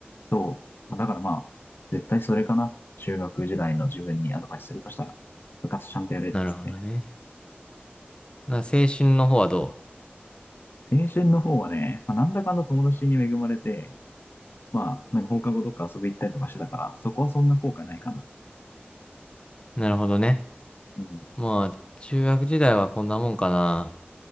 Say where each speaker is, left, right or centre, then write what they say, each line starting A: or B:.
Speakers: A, on the left (about 65°); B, on the left (about 25°).
A: そう。だからまあ、絶対それかな。中学時代の自分にアドバイスするとしたら、部活ちゃんとやれっつって。
B: なるほどね。な、青春の方はど
A: 青春の方はね、まあ、なんだかんだ友達に恵まれて、まあ、なんか放課後どっか遊び行ったりとかしてたから、そこはそんな後悔ないかな。
B: うなるほどね。
A: うん。
B: まあ、中学時代はこんなもんかな。